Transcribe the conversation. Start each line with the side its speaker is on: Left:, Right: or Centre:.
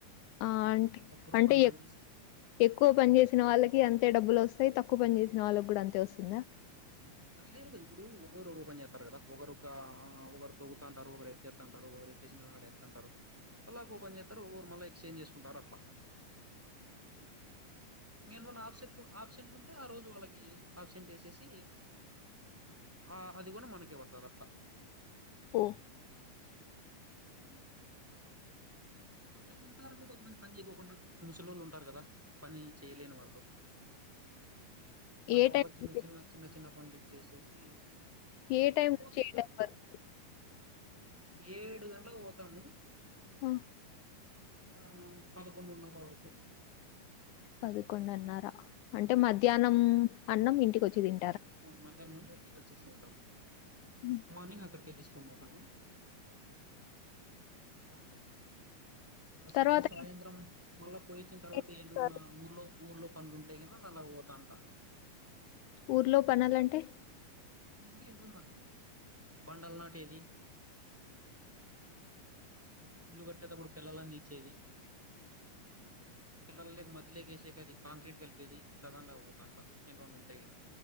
Left: ఆ అంటే
Centre: ఆ గ్రూప్
Left: అంటే
Centre: అంతా కలిసి
Left: ఎక్కువ పని చేసిన వాళ్ళకి అంతే డబ్బులు వస్త సో తక్కువ పని చేసిన వాళ్ళకి కూడా అంతే వస్తుందా
Centre: లేదు ఇప్పుడు ఒకరు ఒక్కో పని చేస్తారు కదా ఒకరు ఒక ఒకరు అది తవుతుంటారు ఒకరు ఎత్తేతుంటారురు ఏటేసి అంటారు మళ్ళా ఒకరు చేస్తారు ఒకరు మళ్ళీ ఎక్స్చేంజ్ చేసుకుంటారు అట్లా నీ మల్ల అబ్సెన్ అబ్సెంట్లు ఉంటే ఆరోజు వాళ్లకి ఆబ్సెంట్ వేసేసి ఆ అది కూడా మనకే పడుతుంది అట్లా
Left: ఓ
Centre: ఆ అంటే ఉంటారండి కొంతమంది పని చేయకోకుండా ముసలోలు ఉంటారు కదా పని చేయలేని వాళ్ళు అట్లా
Left: ఏ
Centre: వాలక్
Left: టైం
Centre: చిన్న
Left: నుంచి
Centre: చిన్న చిన్న చిన్న పనులు ఇచ్చేసేసి
Left: ఏ
Centre: అ
Left: టైం
Centre: ఏప్రొతుంటది
Left: నుంచి ఏ టైం వరకు
Centre: ఏడు గంటలకు పోతాము
Left: ఆ
Centre: ఆ పడకుండునర వరకు
Left: పదకొండున్నరా అంటే
Centre: ఆహ్,
Left: మధ్యాహ్నం అన్నం ఇంటికి వచ్చేదిం
Centre: ఆ మధ్యానం ఇంటికొచేసి తింటాం
Left: హ్మ్.
Centre: మార్నింగ్ అక్కడికే తీసుకొనిపోతాం బక సారి
Left: తర్వాత
Centre: సాయంత్రం
Left: ఏం
Centre: మళ్ళా పోయిచ్చిన తర్వాత
Left: చేస్తారు?
Centre: ఎమన్నా ఊర్లో ఊర్లో పనులు ఉంటాయి కదా మల్ల అట్టు పోతాంట
Left: ఊర్లో పనులంటే
Centre: వెళ్ళిపోతే బండలు నాటేది ఇల్లు కట్టేటప్పుడు పుల్లలు అందిచ్చేది పిల్లర్లు మధ్యలోకేసే కది కాంక్రీట్ కలిపేది ఇట్లా దాంట్ల పోతంట ఏంటలోన్న ఉంటాయి ఇలా